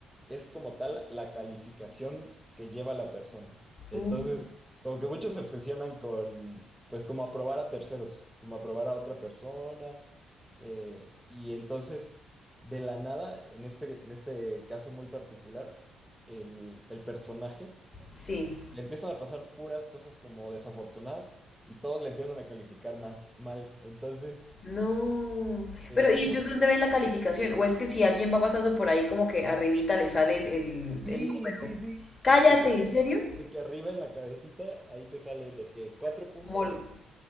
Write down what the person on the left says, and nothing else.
Uy,
Sí.
No.
Pero, ¿y
ellos dónde ven la calificación? ¿O es que si alguien va pasando por ahí como que arribita le sale el, el,
el número?
Cállate,
¿en serio?
Como el